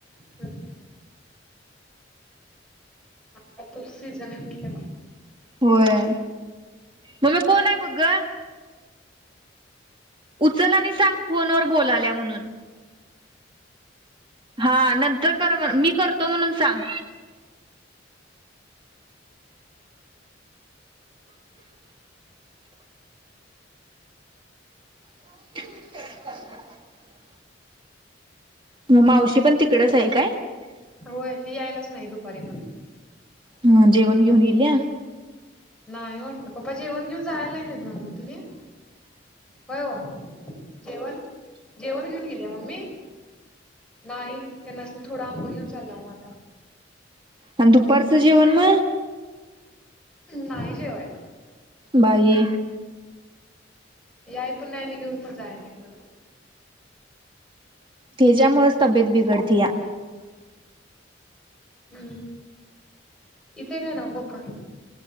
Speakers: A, in the centre; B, on the right.
A: हम्म. त्यात त्योच सीजण हाय म्हटल्याव.
B: होय मम्मे कोण हाय बग ग. उचल आणि सांग फोन वर बोलालिया म्हणून. हा नंतर कर म्हण मी करतो म्हणून सांग. <inaudible> म मावशी पण तिकडच हाय काय?
A: होय ती यायलाच नाय दुपारी पण.
B: हा जेवण घेऊन इल्या.
A: नाय वाटत पप्पा जेवण घेऊन जायला नायत न्हव तिनी? होय ओ जेवण जेवण घीऊन गेलीया मम्मी? नाही तेनस्नी थोडा आंब घेऊन चाललाव म आता.
B: आण दुपारचं जेवण म?
A: नाय जेवायला.
B: बाई.
A: याय पण नाय आणि घीऊन पण जाय नायत म्हण.
B: त्येज्यामुळच तब्येत बिघडतीया.
A: हम् इथे एक हाय न्हव बोका